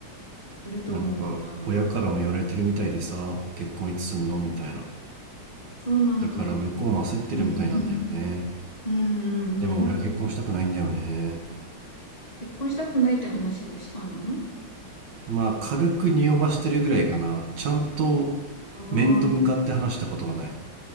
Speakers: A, on the left (about 30°); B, on the right (about 65°).
A: いると思うから。
B: なんか親からも言われてるみたいでさ結婚いつすんのみたいな
A: あそうなんだ。
B: だから向こうも焦ってるみたいなんだよね
A: うん、うん。うん、うん、
B: でも俺は結婚したくないんだよね
A: うん。結婚したくないって話はしたの
B: まあ軽く匂わしてるぐらいかなちゃんと
A: あ
B: 面と向かって話したことはない
A: あ、